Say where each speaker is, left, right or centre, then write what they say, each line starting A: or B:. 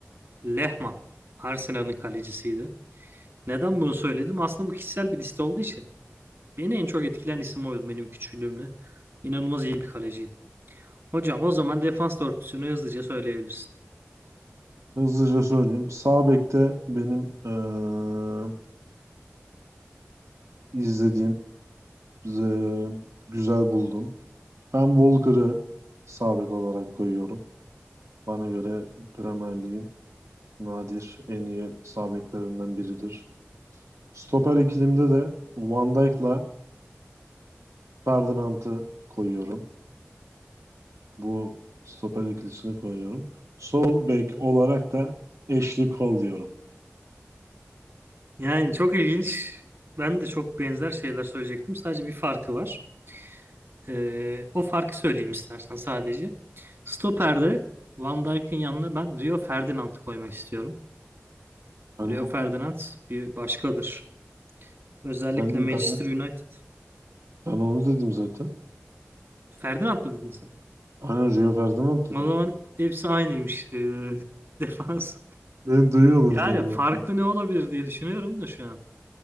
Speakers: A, on the right; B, on the right.
A: Lehmann. Arsenal'ın kalecisiydi. Neden bunu söyledim? Aslında bu kişisel bir liste olduğu için. Beni en çok etkilen isim oydu benim küçüklüğümde. İnanılmaz iyi bir kaleciydi. Hocam o zaman defans dörtlüsünü hızlıca söyleyebilirsin.
B: Hızlıca söyleyeyim. Sağ bekte benim eee, izlediğim, eee, güzel buldum. Ben Walker'ı sağ bek olarak koyuyorum. Bana göre Premier Lig'in Nadir en iyi sağ beklerinden biridir. Stoper ikilimde de Van Dijk'la Ferdinand'ı koyuyorum. Bu stoper ikilisini koyuyorum. Sol bek olarak da Ashley Cole diyorum.
A: Yani çok ilginç. Ben de çok benzer şeyler söyleyecektim. Sadece bir farkı var. Ee, o farkı söyleyeyim istersen sadece. Stoper'de Van Dijk'in yanına ben Rio Ferdinand'ı koymak istiyorum.
B: Ben
A: Rio
B: o-
A: Ferdinand bir başkadır. Özellikle
B: sen
A: Manchester
B: ben
A: United.
B: ben onu dedim zaten.
A: Ferdinand mı dedin sen?
B: Aynen Rio Ferdinand
A: O
B: dedim
A: zaman
B: ben.
A: hepsi aynıymış. Ee, <laughs> defans.
B: Beni duyuyordunuz
A: Yani
B: da
A: farklı
B: ben-
A: ne olabilir diye düşünüyorum da şu an.